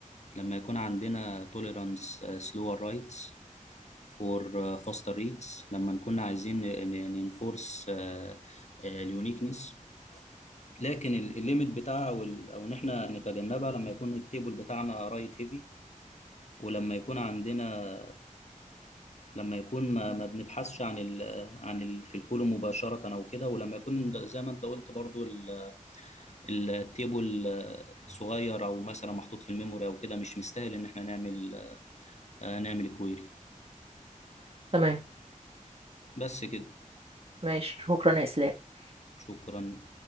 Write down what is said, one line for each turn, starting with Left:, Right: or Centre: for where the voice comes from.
Left: لما يكون عندنا tolerance uh, slower rights for uh, faster reads لما نكون عايزين ننفورس اليونيكنس لكن ال- الليميت بتاعها او ال- أو ان احنا نتجنبها لما يكون التيبل بتاعنا رايت هيفي ولما يكون عندنا لما يكون ما, ما بنبحثش عن ال عن ال في الكولوم مباشرة او كده ولما يكون ده- زي ما انت قلت برضو ال- التيبل آه، صغير او مثلا محطوط في الميموري او كده مش مستاهل ان احنا نعمل آه، نعمل كويري
Right: تمام
Left: بس كده
Right: ماشي شكرا يا اسلام
Left: شكرا